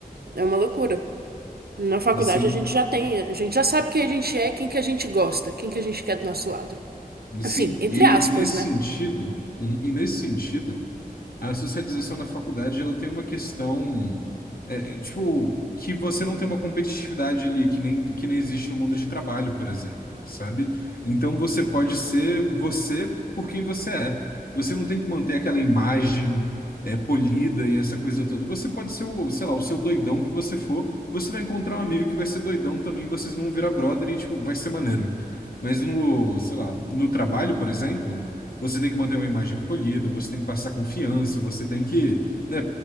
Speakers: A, on the right; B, on the left.
A: é uma loucura. Na faculdade
B: Sim,
A: a gente já tem, a gente já sabe quem a gente é, quem que a gente gosta, quem que a gente quer do nosso lado.
B: sim.
A: Assim, entre
B: E,
A: aspas,
B: e nesse
A: né?
B: sentido, uhum, e nesse sentido. A socialização na faculdade, ela tem uma questão, é, tipo, que você não tem uma competitividade ali, que nem, que nem existe no mundo de trabalho, por exemplo, sabe? Então você pode ser você por quem você é. Você não tem que manter aquela imagem, é, polida e essa coisa toda. Você pode ser o, sei lá, o seu doidão que você for, você vai encontrar um amigo que vai ser doidão também, vocês vão virar brother e, tipo, vai ser maneiro. Mas no, sei lá, no trabalho, por exemplo. Você tem que manter uma imagem polida, você tem que passar confiança, você tem que, né,